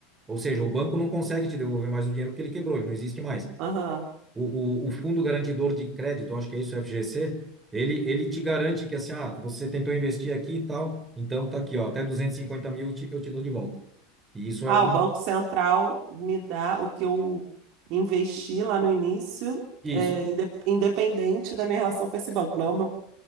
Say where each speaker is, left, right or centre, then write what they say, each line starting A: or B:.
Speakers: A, on the right (about 20°); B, on the right (about 50°).
A: Ou seja, o banco não consegue te devolver mais o dinheiro porque ele quebrou, ele não existe mais.
B: Aham.
A: O, o, o Fundo Garantidor de Crédito, eu acho que é isso, FGC, ele, ele te garante que assim, ah, você tentou investir aqui e tal, então tá aqui, ó, até 250 mil eu te, eu te dou de volta. E isso
B: Ah,
A: é algum.
B: o Banco Central me dá o que eu investi lá no início,
A: Isso.
B: é, inde- independente da minha relação com esse banco. Não é o meu-